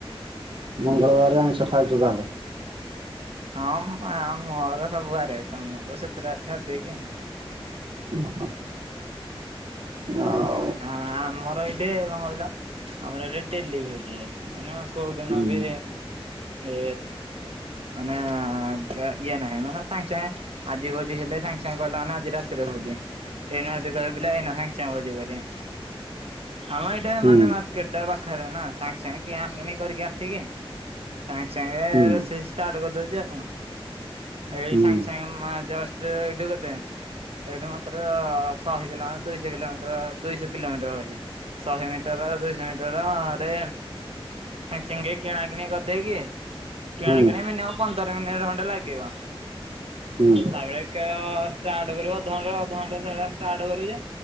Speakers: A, on the right; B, on the right.
A: ହୁଁ
B: ମଙ୍ଗଳବାରେ ଆଇଁସ ଖାଉଚୁ ବାହେଲେ।
A: ହଁ ମ ଆ ମୋର ସବୁବାରେ ତୁମ ଅବଶ ଶୁକ୍ରବାର ଛାଡି ଦେଇକିଆଇ।
B: <unintelligible>
A: ଆ ଆମର ଏଠି କଣ କହିଲ ଆମର ଏଇଠି ଡେଲି ଭୋଜି ହୁଏ। ମାନେ କୋଉଦିନ
B: ହୁଁ
A: ବି ଏ ମାନେ ଇଏ ନାହିଁ ମାନ <inaudible> ସାଏଁ ଚାଏଁ ଆଜି ଭୋଜି ହେଲେ ସାଙ୍ଗ ସାଙ୍ଗ ଗଲା ଆନେ ଆଜି ରାତିରେ ଭୋଜି ଏଇନେ ଯଦି କହିବେ ପିଲା ଏଇନା ସାଙ୍ଗେ ଛାଏଁ ଭୋଜି କରିବା ଆମ ଏଇଟା
B: ହୁଁ
A: ମାନେ ମାର୍ଚ କେତେ ପାଖରେ ନା ସାଙ୍ଗ ସାଙ୍ଗେ କିଣା କିଣି କରିକି ଆସିକି ସାଙ୍ଗ ସାଙ୍ଗେ
B: ହୁଁ
A: ରୋଷେଇ ଚାର୍ଟ କରିଦେଉଛି ଆଉ କଣ ଏଇ
B: ହୁଁ
A: ସାଙ୍ଗ ସାଙ୍ଗେ ମ ମାଜଷ୍ଟ ଇଠୁ ଗୋଟେ ଏଇଠୁ ମାତ୍ର ଶହେ କିଲୋମ ଦୁଇଶହ କିଲୋମିଟର ଦୁଇଶହ କିଲୋମିଟର ରହିଛି। ଶହେ ମିଟର ଦୁଇଶହ ମିଟର ରେ ସାଙ୍ଗ ସାଙ୍ଗେ କିଣା କିିଣି କରିଦେଇକି
B: ହୁଁ
A: କିଣା କିିଣି ମିନିମମ ପନ୍ଦର ମିନିଟ ଖଣ୍ଡେ ଲାଗିବ।
B: ହୁଁ
A: ଆଉ ତା ବଳେ ଷ୍ଟାର୍ଟ କରିବଣ୍ ଅଧଣ୍ଟା <inaudible> ତା ଘରୁ ଯେ